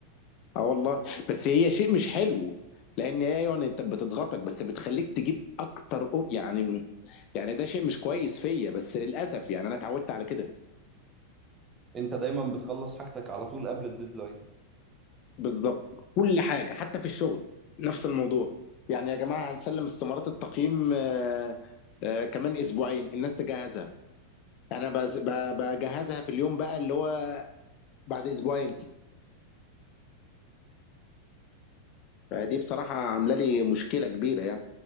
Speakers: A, on the left (about 40°); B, on the right (about 20°).
A: اه والله بس هي شيء مش حلو لان هي يعني انت بتضغطك بس بتخليك تجيب اكتر أوب يعني يعني ده شيء مش كويس فيا بس للاسف يعني انا اتعودت على كده
B: انت دايما بتخلص حاجتك على طول قبل الديدلاين
A: بالظبط كل حاجه حتى في الشغل نفس الموضوع يعني يا جماعه هنسلم استمارات التقييم آه، آه، كمان اسبوعين الناس تجهزها انا بز- ب- بجهزها في اليوم بقى اللي هو بعد اسبوعين دي بصراحه عامله لي مشكله كبيره يعني